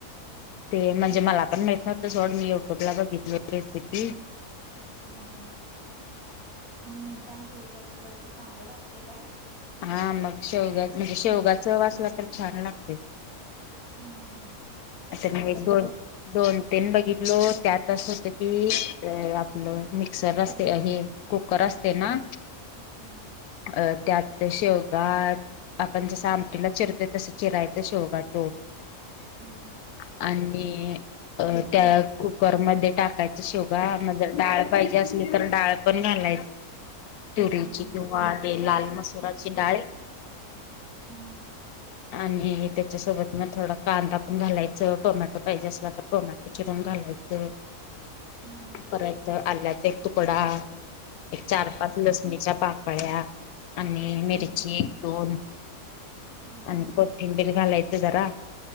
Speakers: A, on the left; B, on the right.
A: ते म्हणजे मला पण माहित नव्हतं सोड मी युट्यूबला बघितल रेसिपी
B: हम्म्म हम सांग की कसं करती चांगलं लागतय काय?
A: हा मग शेवगा मजी शेवगा चव असला तर चव छान लागती.
B: हम्म, हम्म. कसं
A: <unintelligible>
B: करतेस
A: दोन,
B: सांग?
A: दोन बघितल त्यात असं होतं की आपलं मिक्सर असतय हे कुकर अस ते, ना
B: हम्म
A: अ शेवगा आपण जसं आमटीला चिरतोय तसं चिरायचं शेवगा <unintelligible>
B: हम्म
A: आणी अ त्या कुकरमध्ये टाकायचं शेवगा म्हणजे डाळ पाहिजे असली तर डाळ पण घाल तुरीची
B: हम्म हम्म
A: किंवा ते लाल मसुराची डाळ
B: हम्म.
A: आणि त्याच्यासोबत मग थोडा कांदा पण घालायचं टोमॅटो पाहिजे असला तर टोमॅटे चिरून घालायचं
B: हम्म
A: परत आल्या एक तुकडा, एक चार पाच लसणीच्या पाकळ्या. आणि मिरची
B: हम्म हम्म हम्म.
A: एक दोन,
B: हम्म
A: आणि
B: हम्म
A: कोथिंबीर घालायचं जरा